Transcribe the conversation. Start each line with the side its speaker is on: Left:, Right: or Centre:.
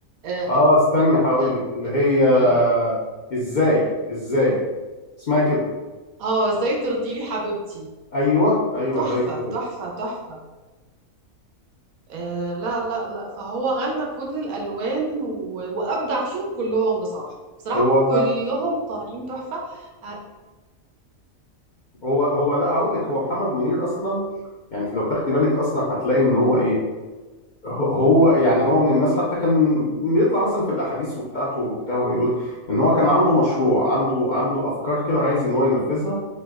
Right: اه
Left: اه استني هقول
Right: آه،
Left: لك اللي هي
Right: آه،
Left: ازاي ازاي اسمها كده
Right: آه، ازاي ترضي لي حبيبتي
Left: ايوه ايوه
Right: تحفة
Left: ايوه
Right: تحفة تحفة آه لا لا لا فهو غنى كل الألوان و... وأبدع فيهم كلهم بصراحة بصراحة
Left: هو
Right: كلهم طالعين تحفة ه-
Left: هو هو لا هقول لك هو محمد منير اصلا يعني انت لو تاخدي بالك اصلا هتلاقي ان هو ايه هو هو يعني هو من الناس حتى كان بيطلع مثلا في الاحاديث وبتاعته وبتاع ويقول ان هو كان عنده مشروع عنده عنده افكار كده عايز ان هو ينفذها